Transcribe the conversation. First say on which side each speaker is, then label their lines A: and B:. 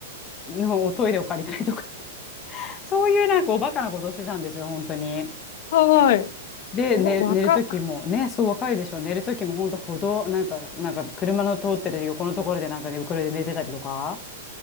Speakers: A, on the left (about 20°); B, on the left (about 55°).
A: のおトイレを借りたりとかそういうなんかおバカなことしてたんですよ、本当に。
B: はい。
A: で、
B: ご、
A: ね、
B: わか、
A: 寝るときも、ね、そう若いでしょ、寝るときも本当歩道、なんか、なんか車の通ってる横のところでなんか寝袋で寝てたりとか、